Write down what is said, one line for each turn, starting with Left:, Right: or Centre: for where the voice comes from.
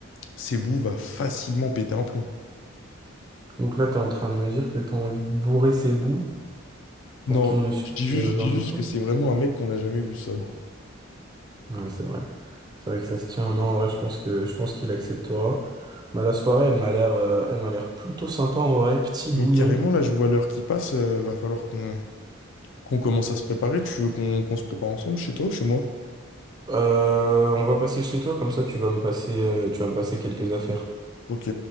Left: Sebou va facilement péter un plomb.
Right: Donc là, t'es en train de me dire que t'as envie de bourrer Cebu pour
Left: Non,
Right: qu'il nous suive
Left: je dis juste,
Right: euh, dans
Left: je dis
Right: nos
Left: juste
Right: plans
Left: que c'est vraiment un mec qu'on n'a jamais vu sobre.
Right: Ouais, c'est vrai. C'est vrai que ça se tient. Non, ouais, je pense que je pense qu'il acceptera. Bah, la soirée, elle m'a l'air euh, elle m'a l'air plutôt sympa en vrai, petit bouillon.
Left: Mais carrément, là, je vois l'heure qui passe, euh, va falloir qu'on qu'on commence à se préparer. Tu veux qu'on qu'on se prépare ensemble chez toi ou chez moi?
Right: Euh, on va passer chez toi, comme ça tu vas me passer euh, tu vas me passer quelques affaires.
Left: Ok,